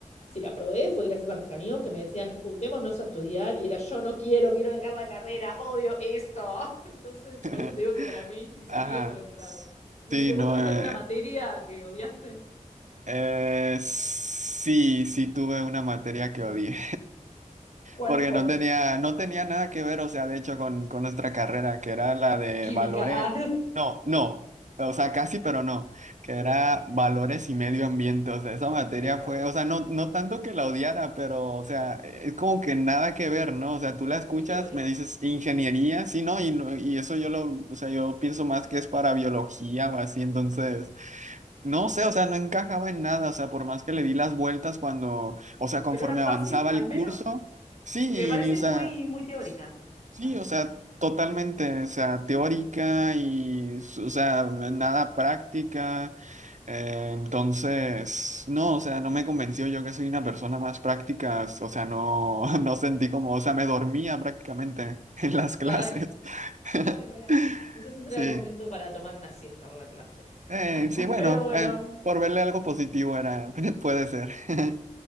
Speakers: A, on the left; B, on the right.
A: si la probé fue gracias a mis amigos que me decían, juntémonos a estudiar, y era yo no quiero, quiero dejar la carrera, odio esto. <laughs> Entonces,
B: <laughs>
A: por eso te digo que para mí, mis
B: Ajá.
A: amigos fueron clave. No
B: Sí,
A: sé,
B: no,
A: ¿vos tuviste
B: eh,
A: alguna materia que odiaste?
B: eh, sí, sí tuve una materia que odié.
A: ¿Cuál
B: porque
A: fue?
B: no tenía, no tenía nada que ver, o sea, de hecho, con, con nuestra carrera, que era la de
A: Química.
B: valores,
A: Ah.
B: no, no, o sea, casi, pero no, que era valores y medio ambiente, o sea, esa materia
A: <laughs>
B: fue, o sea, no, no tanto que la odiara, pero, o sea, es como
A: mm,
B: que nada que ver, ¿no? O sea, tú la escuchas,
A: muy teórica.
B: me dices ingeniería, sí, ¿no? Y, no- y eso yo lo, o sea, yo pienso más que es para biología o así, entonces... No sé, o sea, no encajaba en nada, o sea, por más que le di las vueltas cuando, o sea, conforme
A: Pero era fácil,
B: avanzaba el
A: al menos.
B: curso, sí,
A: Porque me parece
B: y, o sea,
A: muy, muy teórica.
B: sí,
A: Parece.
B: o sea, totalmente, o sea, teórica y, o sea, nada práctica. Eh, entonces, no, o sea, no me convenció yo que soy una persona más práctica, o sea, no, <laughs> no sentí como, o sea, me dormía prácticamente <laughs> en las clases.
A: Ah, <laughs>
B: <laughs>
A: Bueno, era, quizás ese
B: Sí.
A: era el momento para tomar una siesta en la clase.
B: Eh,
A: <laughs>
B: sí, bueno,
A: Pero bueno,
B: eh, por verle algo positivo era, <laughs> puede ser. <laughs>